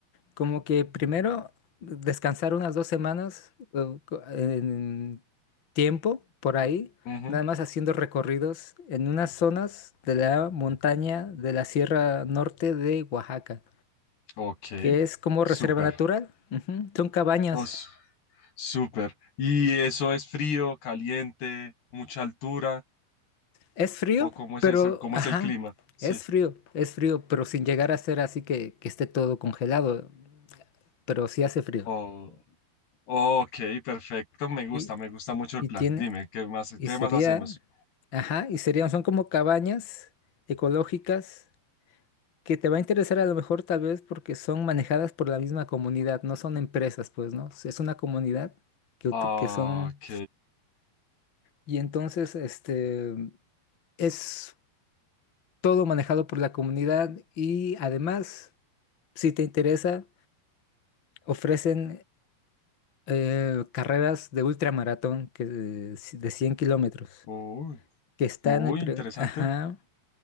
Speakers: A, on the left; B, on the left.
A: Como que primero descansar unas dos semanas eh, co- en tiempo por ahí,
B: Ujú,
A: nada más haciendo recorridos en unas zonas de la montaña de la Sierra Norte de Oaxaca,
B: Ok,
A: que es como
B: súper.
A: reserva natural. Ujú, Son cabañas.
B: Oh, s- súper. ¿Y eso es frío, caliente, mucha altura
A: Es frío,
B: o cómo es
A: pero,
B: eso, cómo
A: ajá,
B: es el clima? Sí.
A: es frío, es frío, pero sin llegar a ser así que, que esté todo congelado, pero sí hace frío.
B: Oh, ok, perfecto, me gusta,
A: Y,
B: me gusta mucho el
A: y
B: plan.
A: tiene...
B: Dime, ¿qué más,
A: Y
B: qué
A: sería,
B: más hacemos?
A: ajá, y serían, son como cabañas ecológicas que te va a interesar a lo mejor tal vez porque son manejadas por la misma comunidad, no son empresas, pues, ¿no? Es una comunidad que, ut-
B: Ah,
A: que son,
B: ok.
A: y entonces, este, es todo manejado por la comunidad y además, si te interesa, ofrecen eh, carreras de ultramaratón que de, de 100 kilómetros,
B: Uy,
A: que están,
B: uy,
A: en pre-
B: interesante.
A: ajá.